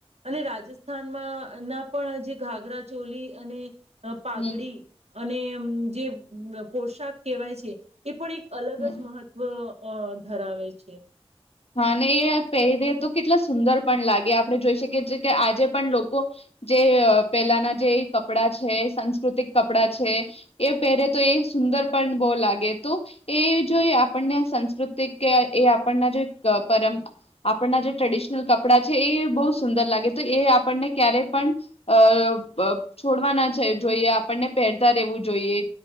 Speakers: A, on the right (about 80°); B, on the left (about 70°).
A: અને રાજસ્થાનમાં ના પણ જે ઘાઘરા ચોલી અને અ પાઘડી
B: હમ
A: અને હ જે પોશાક કહેવાય છે એ પણ એક અલગ
B: હમ
A: જ મહત્વ અ ધરાવે છે.
B: હા ને એ પહેરીએ તો કેટલા સુંદર પણ લાગે આપણે જોઈ શકીએ છીએ કે આજે પણ લોકો જે અ પહેલાના જે કપડાં છે સાંસ્કૃતિક કપડાં છે એ પહેરે તો એ સુંદર પણ બહુ લાગે તો એ જો આપણને સાસ્કૃતિક કે એ આપણનો જે ક પરં આપણના જે ટ્રેડિશનલ કપડાં છે એ બહુ સુંદર લાગે તો એ આપણને ક્યારેય પણ અ પ અ છોડવા ના જોઈએ આપણને પહેરતા રહેેવું જોઈએ.